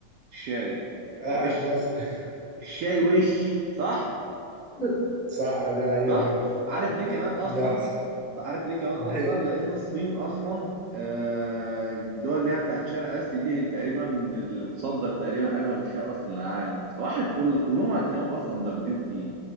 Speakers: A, on the right; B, in the centre.
A: الشاي
B: واحد
A: وش
B: مصري
A: الشاي وش صح
B: <laughs> صح دي حقيقة
A: صح
B: فعلا
A: عارف ليه كمان أصلا
B: ده أحسن.
A: عارف ليه كمان أصلا
B: ليه؟
A: لأن الصين أصلا آه، الدول اللي هي بتاعت شرق آسيا دي تقريبا اللي بتصدر تقريبا أغلب الشاي أصلا للعالم فصباح الفل كلهم هتلاقيهم أصلا ضاربين فيه